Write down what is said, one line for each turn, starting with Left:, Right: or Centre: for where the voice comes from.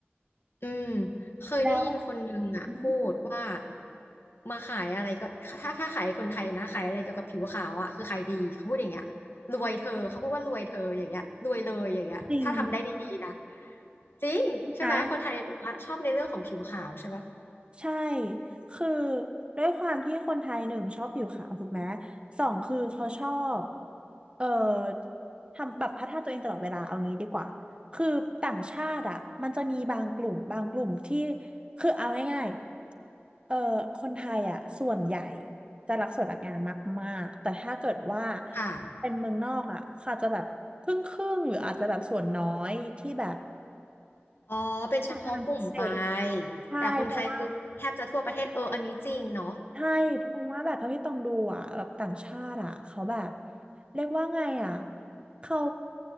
Left: อืม
Right: ๆแล้ว
Left: เคยได้ยินคนหนึ่งอ่ะพูดว่า
Right: อืม
Left: มาขายอะไรก็ถ้าถ้าขายคนไทยนะขายอะไรเกี่ยวกับผิวขาวอ่ะคือขายดีเขาพูดอย่างเงี้ยรวยเธอเขาพูดว่ารวยเธออย่างเงี้ยรวยเลยอย่างเงี้ยถ้าทำได้ดีๆนะ
Right: จริง
Left: จริงใช่ไหมคนไทยบอกว่าชอบในเรื่องของผิวขาวใช่ปะ
Right: นะ ใช่ คือด้วยความที่คนไทยหนึ่งชอบผิวขาวถูกไหมสองคือเขาชอบ เอ่อ ทำแบบพัฒนาตัวเองตลอดเวลาเอางี้ดีกว่า คือต่างชาติอ่ะมันจะมีบางกลุ่มบางกลุ่มที่ คือเอาง่ายๆเอ่อคนไทยอ่ะส่วนใหญ่จะรักสวยรักงามมากๆ แต่ถ้าเกิดว่า
Left: ค่ะ
Right: เป็นเมืองนอกอ่ะเขาอาจจะแบบครึ่งครึ่งหรืออาจจะแบบส่วนน้อยที่แบบ
Left: อ๋อเป็นเฉพาะกลุ่มไป
Right: สวยงามพิเศษใช่เพราะว่า
Left: แต่คนไทยคือแทบจะทั่วประเทศเอออันนี้จริงเนาะ
Right: ใช่เพราะว่าแบบเท่าที่ต้องดูอ่ะแบบต่างชาติอ่ะเขาแบบเรียกว่าไงอ่ะเขา